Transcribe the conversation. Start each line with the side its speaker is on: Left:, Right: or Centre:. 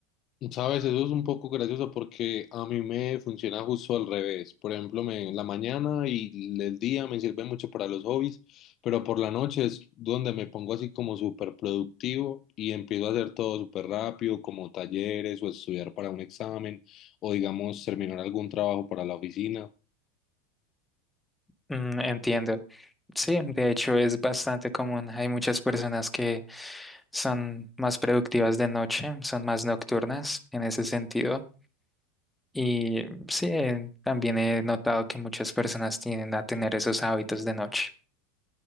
Left: Sabes, eso es un poco gracioso porque a mí me funciona justo al revés. Por ejemplo, me, la mañana y el día me sirven mucho para los hobbies, pero por la noche es donde me pongo así como súper productivo y empiezo a hacer todo súper rápido, como talleres o estudiar para un examen o digamos terminar algún trabajo para la oficina.
Centre: Mm, entiendo. Sí, de hecho es bastante común. Hay muchas personas que son más productivas de noche, son más nocturnas en ese sentido. Y sí, eh, también he notado que muchas personas tienden a tener esos hábitos de noche.